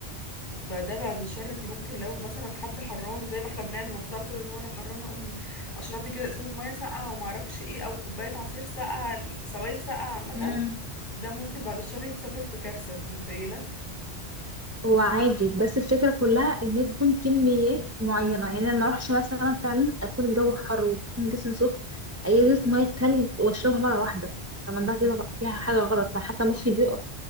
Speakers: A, on the left; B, on the right.
A: فده بعد الشر انت ممكن لو مثلا حد حران وزي ما احنا بنعمل المفروض على طول اللي هو انا حران اقوم اشرب لي كده ازازه ميه ساقعه وما اعرفش ايه او كوبايه عصير ساقعه سوائل ساقعه عامه
B: امم
A: ده ممكن بعد الشر يتسبب في كارثة انت متخيلة
B: هو عادي بس الفكرة كلها ان تكون كميات معينة يعني انا ما اروحش مثلا فعلا اكون الجو حر ويكون جسمي سخن اجيب مية تلج واشربها مرة واحدة طب ده كده غ- فيها حاجة غلط حتى مخي بيقف